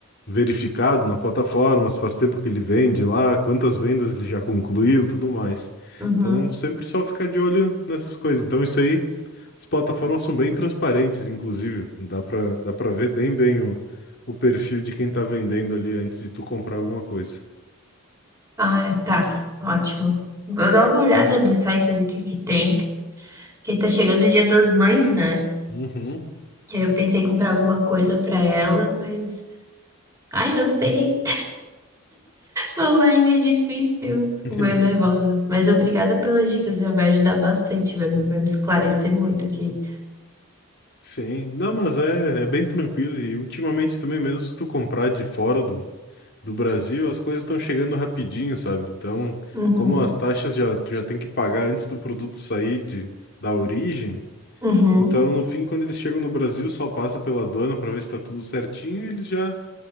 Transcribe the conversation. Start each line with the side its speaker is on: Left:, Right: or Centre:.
Left: verificado na plataforma, se faz tempo que ele vende lá, quantas vendas ele já concluiu, tudo mais.
Right: uhum.
Left: Então, sempre só ficar de olho nessas coisas. Então, isso aí, as plataformas são bem transparentes, inclusive, dá para dá para ver bem bem o, o perfil de quem tá vendendo ali antes de tu comprar alguma coisa.
Right: Ah, é, tá, ótimo. Vou dar uma olhada nos sites aqui que tem, porque tá chegando o Dia das Mães, né?
Left: Uhum.
Right: Que aí eu pensei em comprar alguma coisa pra ela, mas. Ai, não sei. Online é difícil, fico
Left: <laughs>
Right: meio nervosa. Mas obrigada pelas dicas, já vai ajudar bastante, vai, me- vai me esclarecer muito aqui.
Left: Sim, não, mas é, é bem tranquilo e ultimamente também mesmo se tu comprar de fora do, do Brasil, as coisas estão chegando rapidinho, sabe? Então,
Right: Uhum,
Left: como as taxas já, tu já tem que pagar antes do produto sair de, da origem,
Right: uhum,
Left: então, no fim, quando eles chegam no Brasil, só passa pela aduana para ver se está tudo certinho e eles já,